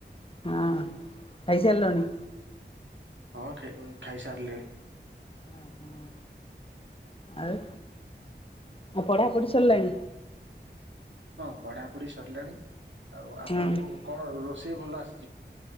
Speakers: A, on the left; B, on the right.
A: ହଁ ଖାଇସାରିଲଣି?
B: ହଁ ଖାଇସାରିଲିଣି।
A: ହ ହଁ ଆଉ। ଆଉ ପଢ଼ା ପଢ଼ି ସରିଲାଣି।
B: ହଁ ପଢାପଢି ସରିଲାଣି ଆଉ ଆପଣଙ୍କୁ
A: ହଁ
B: କଣ ରୋଷେଇ ଭଲ ଆସେ?